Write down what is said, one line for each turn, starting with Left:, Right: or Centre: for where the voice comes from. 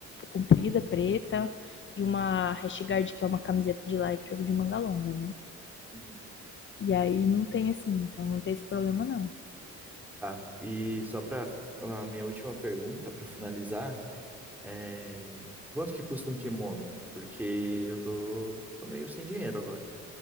Left: comprida, preta, e uma rash guard, que é uma camiseta de lycra de manga longa, né?
Centre: uhum.
Left: E aí não tem assim, então não tem esse problema, não.
Centre: Tá. E só para a minha última pergunta, para finalizar, é quanto que custa um kimono? Porque eu tô, tô meio sem dinheiro agora.